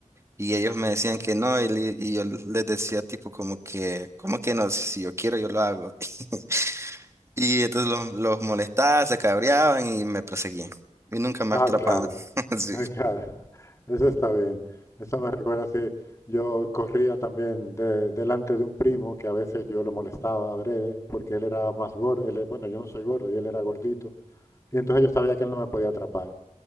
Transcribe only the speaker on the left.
Ah,
claro.
Ah, Claro, eso está bien. Eso me recuerda si yo corría también de- delante de un primo que a veces yo lo molestaba adrede porque él era más gordo. él e- bueno, yo no soy gordo y él era gordito. Y entonces yo sabía que él no me podía atrapar.